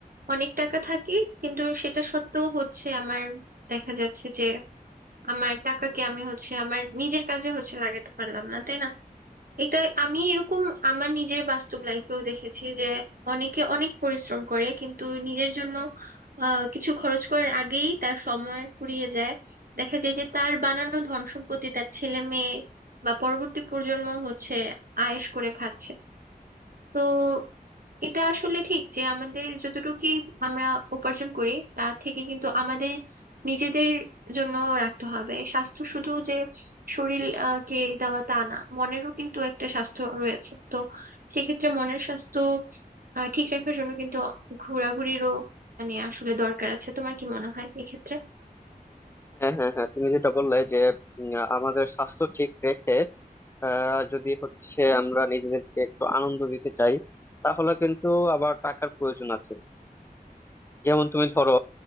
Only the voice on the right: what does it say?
অনেক টাকা থাকে কিন্তু সেটা সত্ত্বেও হচ্ছে আমার দেখা যাচ্ছে যে আমার টাকাকে আমি হচ্ছে আমার নিজের কাজে হচ্ছে লাগাতে পারলাম না তাই না এটা আমি এরকম আমার নিজের বাস্তব লাইফেও দেখেছি যে অনেকে অনেক পরিশ্রম করে কিন্তু নিজের জন্য আহ, কিছু খরচ করার আগেই তার সময় ফুরিয়ে যায় দেখা যায় যে তার বানানো ধন সম্পত্তি তার ছেলে মেয়ে বা পরবর্তী প্রজন্ম হচ্ছে আয়েশ করে খাচ্ছে তো এটা আসলে ঠিক যে আমাদের যতটুকু আমরা উপার্জন করি তা থেকে কিন্তু আমাদের নিজেদের জন্য রাখতে হবে স্বাস্থ্য শুধু যে শরীর আহ, কে দেওয়া তা না মনেরও কিন্তু একটা স্বাস্থ্য রয়েছে তো সেক্ষেত্রে মনের স্বাস্থ্য আহ, ঠিক রাখার জন্য কিন্তু ঘোরাঘুরিরও মানে আসলে দরকার আছে তোমার কি মনে হয় এক্ষেত্রে